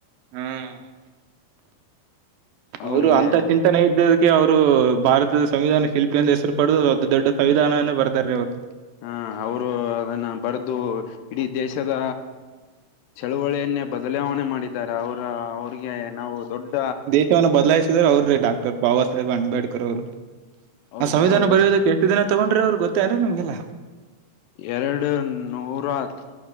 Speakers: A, on the right; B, on the left.
A: ಹಾ <inaudible> ಅವರು
B: ಅವ್ರಿಗೆ
A: ಅಂತ ಚಿಂತನೆ ಇದ್ದದಕೆ ಕ್ಕೆ ಅವರು' ಭಾರತದ ಸಂವಿಧಾನ ಶಿಲ್ಪಿ'ಯಂದ ಹೆಸರು ಪಡದು ಅದ ದೊಡ್ಡ ಸಂವಿಧಾನವನೇ ಬರ್ದಾರ ಅವತ್ತು.
B: ಹ, ಅವರು ಅದನ್ನ ಬರೆದು ಇಡೀ ದೇಶದ ಚಳವಳಿಯನ್ನೇ ಬದಲಾವಣೆ ಮಾಡಿದ್ದಾರೆ ಅವ್ರ ಅವ್ರಿಗೆ ನಾವು ದೊಡ್ಡ
A: <unintelligible> ವನ್ನು ಬದಲಾಯಿಸಿದ್ರ ಅವ್ರೀ' ಡಾಕ್ಟರ್ ಬಾಬ ಸಾಹೇಬ್ ಅಂಬೇಡ್ಕರ್' ಅವರು.
B: ಅವ್ರಿಗೆ
A: ಆ ಸಂವಿಧಾನ
B: ನಾವು
A: ಬರಿಯೋದಕ್ಕೆ
B: ಎಷ್ಟ
A: ಎಷ್ಟು ದಿನ ತಗೊಂಡ್ರೆ ಅವ್ರ ಗೊತ್ತೇನ್ ನಿಮ್ಗೆಲ್ಲಾ
B: ಎರಡು ನೂರ <unintelligible>